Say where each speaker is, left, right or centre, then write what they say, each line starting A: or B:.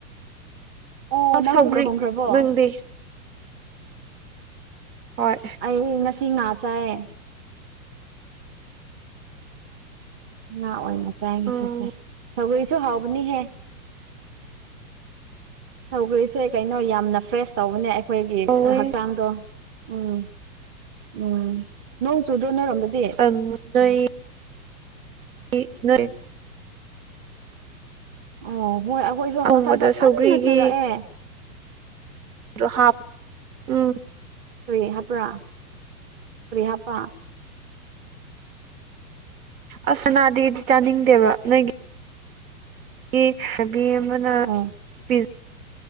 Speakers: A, on the right (about 25°); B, on the right (about 60°).
A: ꯑꯣ ꯅꯪꯁꯨ
B: ꯁꯧꯒ꯭ꯔꯤ
A: ꯂꯨꯍꯣꯡꯈ꯭ꯔꯕꯣ
B: ꯅꯪꯗꯤ ꯍꯣꯏ
A: ꯑꯩ ꯉꯁꯤ ꯉꯥ ꯆꯥꯏꯌꯦ ꯉꯥ ꯑꯣꯏꯅ ꯆꯥꯏ ꯉꯁꯤ
B: ꯎꯝ
A: ꯁꯦ ꯁꯧꯒ꯭ꯔꯤꯁꯨ ꯍꯥꯎꯕꯅꯤꯍꯦ ꯁꯧꯒ꯭ꯔꯤ ꯁꯦ ꯀꯩꯅꯣ ꯌꯥꯝꯅ ꯐ꯭ꯔꯦꯁ ꯇꯧꯕꯅꯦ ꯑꯩꯈꯣꯏꯒꯤ
B: ꯍꯥꯎꯋꯦ
A: ꯍꯛꯆꯥꯡꯗꯣ ꯎꯝ ꯎꯝ ꯅꯣꯡ ꯆꯨꯗ꯭ꯔꯣ ꯅꯣꯢꯔꯣꯝꯗꯗꯤ
B: <unintelligible> ꯅꯣꯢ ꯢ ꯅꯣꯏ
A: ꯑꯣ ꯍꯣꯏ ꯑꯈꯣꯏꯖꯨ
B: ꯑꯍꯣꯡꯕꯗ
A: ꯉꯁꯥꯏꯗꯣ ꯀꯟꯅ
B: ꯁꯧꯒ꯭ꯔꯤꯒꯤ
A: ꯆꯨꯔꯛꯑꯦ
B: ꯑꯗꯨ ꯍꯥꯞ ꯎꯝ
A: ꯀ꯭ꯔꯤ ꯍꯥꯞꯄ꯭ꯔꯥ ꯀ꯭ꯔꯤ ꯍꯥꯞꯄ
B: ꯑꯁ ꯁꯅꯥꯗꯤ ꯑꯩꯗꯤ ꯆꯥꯅꯤꯡꯗꯦꯕ ꯅꯣꯏꯒꯤ ꯕꯤ ꯅꯕꯤ ꯑꯃꯅ
A: ꯎꯝ
B: ꯄꯤꯖ